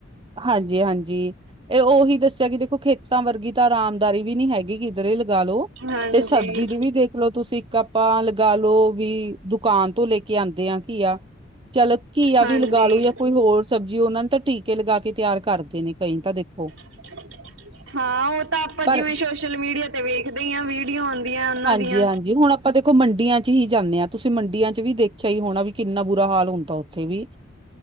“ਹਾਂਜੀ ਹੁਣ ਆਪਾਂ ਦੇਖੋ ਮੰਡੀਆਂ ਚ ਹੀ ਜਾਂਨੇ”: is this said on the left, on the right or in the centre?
Right